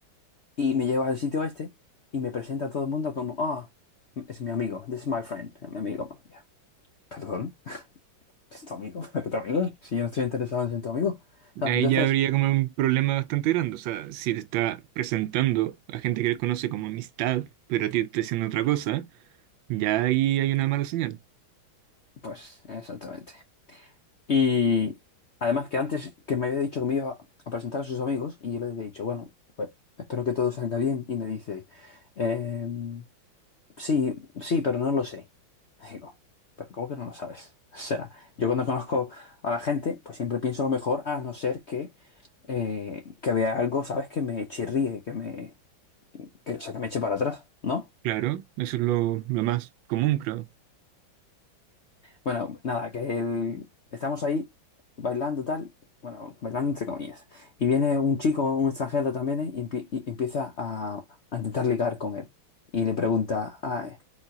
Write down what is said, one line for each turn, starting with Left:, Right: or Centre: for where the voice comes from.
Left: y me lleva al sitio este y me presenta a todo el mundo como, ah, es mi amigo, this is my friend, mi amigo. Ya, Perdón. ¿Es tu amigo? <laughs> ¿Para qué tu amigo? Si yo no estoy interesado en ser tu amigo. ¿Sabes?
Right: ahí
Left: Entonces,
Right: ya habría como un problema bastante grande, o sea, si te está presentando a gente que él conoce como amistad, pero a ti te está diciendo otra cosa, ya ahí hay una mala señal.
Left: pues exactamente. Y además que antes que me había dicho que me iba a presentar a sus amigos y yo le había dicho, bueno, pues espero que todo salga bien. Y me dice, "Em, sí, sí, pero no lo sé. Y digo, pero ¿cómo que no lo sabes? <laughs> O sea, yo cuando conozco a la gente, pues siempre pienso lo mejor, a no ser que, eh, que vea algo, ¿sabes? Que me chirríe, que me, que, o sea, que me eche para atrás, ¿no?
Right: Claro, eso es lo, lo más común, creo,
Left: Bueno, nada, que el- estamos ahí bailando tal, bueno, bailando entre comillas. Y viene un chico, un extranjero también, eh, y, empie- y empieza a, a intentar ligar con él. Y le pregunta, ah, eh,